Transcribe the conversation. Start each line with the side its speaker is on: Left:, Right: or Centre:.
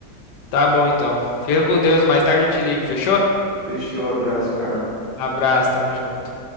Left: Tá bom então. Fica com Deus, mais tarde eu te ligo, fechou?
Right: Fechou, abraço, cara.
Left: Abraço, tamo junto.